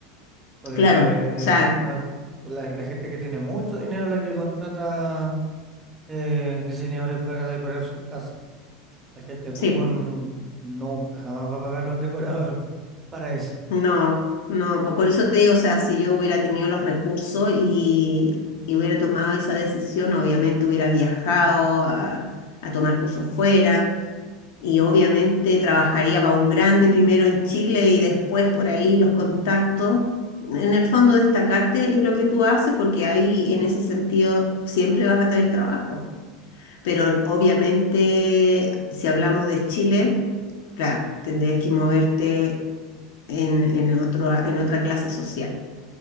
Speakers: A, on the right (about 20°); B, on the left (about 75°).
A: porque
B: Claro, o sea,
A: uno, la, la gente que tiene mucho dinero es la que contrata eh, diseñadores para decorar su casa. La gente
B: sí,
A: común
B: po.
A: nunca, jamás va a pagarle a un decorador <laughs> para eso.
B: No, no, po- por eso te digo, o sea, si yo hubiera tenido los recursos y, y hubiera tomado esa decisión, obviamente hubiera viajado a, a tomar cursos fuera y obviamente trabajaría para un grande primero en Chile y después por ahí los contactos. En el fondo destacarte es lo que tú haces porque ahí en ese sentido siempre vas a tener trabajo. Pero obviamente si hablamos de Chile, claro, tendrías que moverte en, en, otro, en otra clase social,